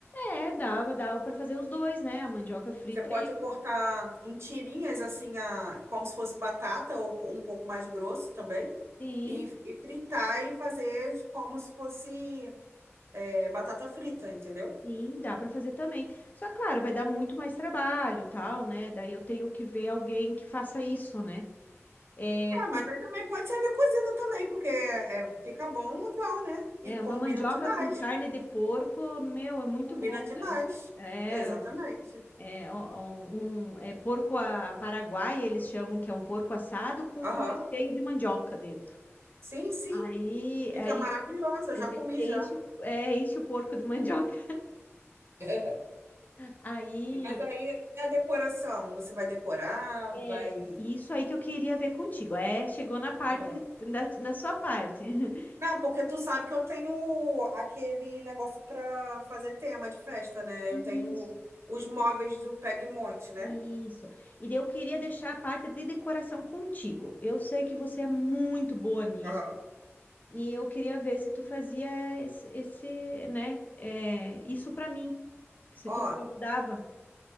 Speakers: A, on the left (about 35°); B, on the right (about 55°).
A: É, dava, dava para fazer os dois, né? A mandioca frita
B: Você pode
A: e a...
B: cortar em tirinhas, assim, a, como se fosse batata ou um pouco mais grosso também,
A: Sim,
B: e, e fritar e fazer como se fosse é, batata frita, entendeu?
A: sim, dá para fazer também. Só, claro, vai dar muito mais trabalho, tal, né? Daí eu tenho que ver alguém que faça isso, né? É,
B: É,
A: por-
B: mas aí também pode servir cozida também, porque é, fica bom igual, né? E
A: é
B: combina
A: uma mandioca
B: demais,
A: com carne de porco, meu, é muito
B: combina
A: bom,
B: demais.
A: né? É.
B: Exatamente.
A: É um, um- é porco a Paraguai, eles chamam que é um porco assado com
B: Aham.
A: um recheio de mandioca dentro.
B: Sim, sim,
A: Aí,
B: fica
A: aí
B: maravilhosa, eu
A: a
B: já
A: gente
B: comi
A: enche
B: já.
A: o, é, enche o porco de <laughs> mandioca.
B: <laughs>
A: Aí,
B: Mas aí é a decoração, você vai decorar,
A: é
B: vai...
A: isso aí que eu queria ver contigo. É, chegou na parte
B: Aham.
A: da, da sua parte. <laughs>
B: Não, porque tu sabe que eu tenho aquele negócio pra fazer tema de festa, né?
A: Isso,
B: Eu tenho os móveis do Pegmonte, né?
A: isso. E daí eu queria deixar a parte de decoração contigo. Eu sei que você é muito boa nisso.
B: Aham.
A: E eu queria ver se tu fazia esse, esse, né, é, isso pra mim. Se
B: Ó,
A: tu me ajudava.